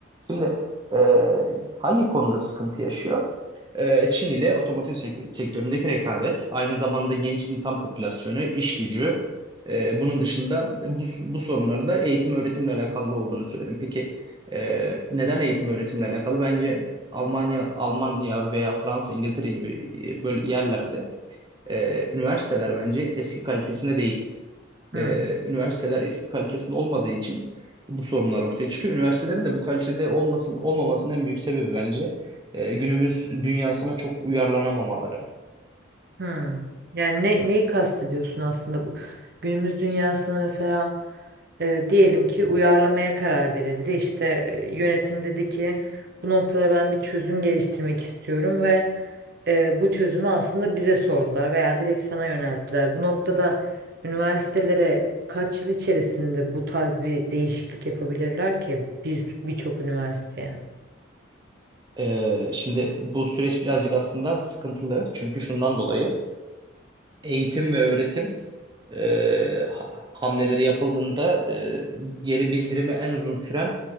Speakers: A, on the right (about 20°); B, on the right (about 50°).
A: Şimdi e, hangi konuda sıkıntı yaşıyor? E, Çin ile otomotiv sek- sektöründeki rekabet, aynı zamanda genç insan popülasyonu, iş gücü, e, bunun dışında bu, bu sorunları da eğitim öğretimle alakalı olduğunu söyledim. Peki e, neden eğitim öğretimle alakalı? Bence Almanya, Almanya veya Fransa, İngiltere gibi e, böyle yerlerde e, üniversiteler bence eski kalitesinde değil
B: Hmm,
A: e, üniversiteler eski kalitesinde olmadığı için bu sorunlar ortaya çıkıyor. Üniversitelerin de bu kalitede olmasın, olmamasının en büyük sebebi bence e, günümüz dünyasına çok uyarlanamamaları.
B: hmm. Yani ne, neyi kastediyorsun aslında bu günümüz dünyasına mesela e, diyelim ki uyarlamaya karar verildi işte e, yönetim dedi ki bu noktada ben bir çözüm geliştirmek istiyorum ve e, bu çözümü aslında bize sordular veya direkt sana yönelttiler. Bu noktada üniversitelere kaç yıl içerisinde bu tarz bir değişiklik yapabilirler ki bir birçok üniversiteye?
A: E, şimdi bu süreç birazcık aslında sıkıntılı. Çünkü şundan dolayı eğitim ve öğretim e, ha- hamleleri yapıldığında e, geri bildirimi en uzun süren